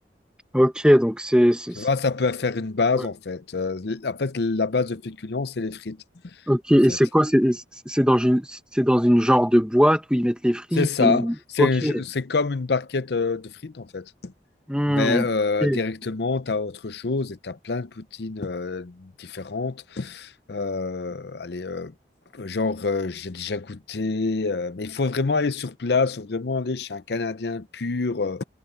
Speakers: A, in the centre; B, on the left (about 65°).
A: Ok, donc c'est c'est-
B: Tu
A: c'est-
B: vois, ça peut faire une base
A: ouais.
B: en fait. Euh, en fait, la base de féculents, c'est les frites
A: Ok,
B: en
A: et
B: fait.
A: c'est quoi? C'est c'est- c'est dans une c'est dans une genre de boîte où ils mettent les frites.
B: C'est ça.
A: et-
B: C'est
A: Ok.
B: un jeu- c'est comme une barquette euh, de frites, en fait.
A: Hmm,
B: Mais euh,
A: ok.
B: directement, tu as autre chose et tu as plein de poutines euh, différentes. Euh, allez, euh, genre, euh, j'ai déjà goûté, euh, mais il faut vraiment aller sur place, faut vraiment aller chez un Canadien pur euh,